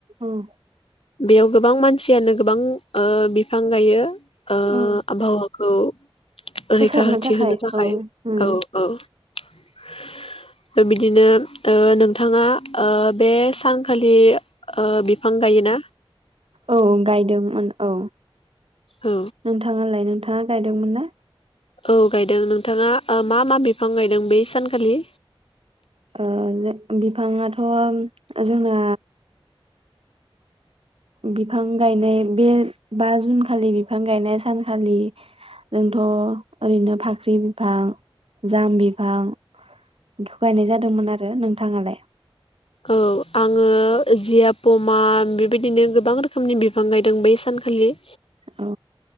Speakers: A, on the right; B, on the left.
A: उम
B: बेयाव गोबां मानसियानो गोबां ओ बिफां गायो ओ
A: औ
B: आबहावा औ
A: फोसाबनो
B: रैखाथि होनो थाखाय
A: औ
B: औ-
A: उम
B: औ <unintelligible> बिदिनो ओ नोंथाङा ओ बे सानखालि ओ बिफां गायोना
A: औ गायदोंमोन। औ
B: औ
A: नोंथाङालाय नोंथाङा गायदोंमोन ना।
B: औ गायदों नोंथाङा ओ मा-मा बिफां गायदों बै सानखालि।
A: ओ जे बिफाङाथ' जोंना बिफां गायनाय बे बा जुन खालि बिफां गायनाय सानखालि जोंथ' ओरैनो फाख्रि बिफां जाम बिफां बेखौ गायनाय जादोंमोन आरो नोंथाङालाय।
B: औ आङो जिया पमा बेबायदिनो गोबां रोखोमनि बिफां गायदों बै सानखालि।
A: औ